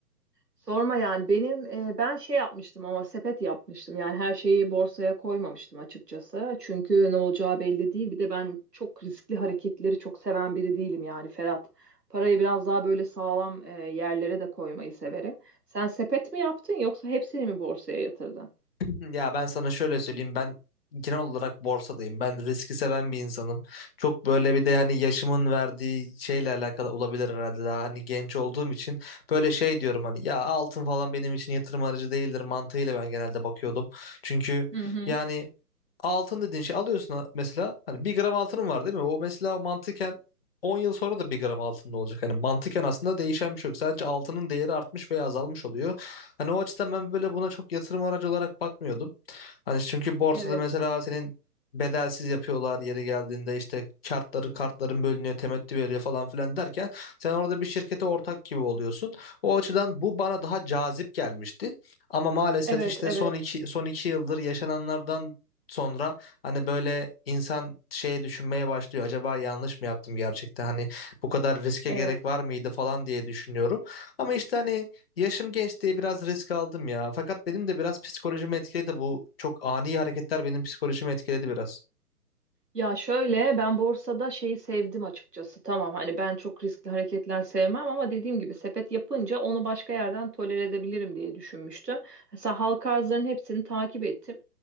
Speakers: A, on the right; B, on the left.
A: Sorma yani benim e, ben şey yapmıştım ama sepet yapmıştım yani her şeyi borsaya koymamıştım açıkçası çünkü ne olacağı belli değil bir de ben çok riskli hareketleri çok seven biri değilim yani Ferhat parayı biraz daha böyle sağlam e, yerlere de koymayı severim sen sepet mi yaptın yoksa hepsini mi borsaya yatırdın?
B: <laughs> Ya ben sana şöyle söyleyeyim ben genel olarak borsadayım. Ben riski seven bir insanım. Çok böyle bir de hani yaşımın verdiği şeyle alakalı olabilir herhalde daha hani genç olduğum için böyle şey diyorum hani ya altın falan benim için yatırım aracı değildir mantığıyla ben genelde bakıyordum. Çünkü
A: Hı hı.
B: yani altın dediğin şey alıyorsun mesela hani bir gram altının var değil mi? O mesela o mantıken 10 yıl sonra da bir gram altında olacak. Hani mantıken aslında değişen bir şey yok. Sadece altının değeri artmış veya azalmış oluyor. Hani o açıdan ben böyle buna çok yatırım aracı olarak bakmıyordum. Hani çünkü borsada
A: Evet.
B: mesela senin bedelsiz yapıyorlar yeri geldiğinde işte kartları kartların bölünüyor temettü veriyor falan filan derken sen orada bir şirkete ortak gibi oluyorsun. O açıdan bu bana daha cazip gelmişti. Ama maalesef
A: Evet
B: işte
A: evet evet
B: son iki, son iki yıldır yaşananlardan sonra hani böyle insan şey düşünmeye başlıyor. Acaba yanlış mı yaptım gerçekten? Hani bu kadar riske
A: evet
B: gerek var mıydı falan diye düşünüyorum. Ama işte hani yaşım genç diye biraz risk aldım ya. Fakat benim de biraz psikolojimi etkiledi bu çok ani hareketler benim psikolojimi etkiledi biraz.
A: Ya şöyle ben borsada şeyi sevdim açıkçası. Tamam hani ben çok riskli hareketler sevmem ama dediğim gibi sepet yapınca onu başka yerden tolere edebilirim diye düşünmüştüm. Mesela halka arzların hepsini takip ettim.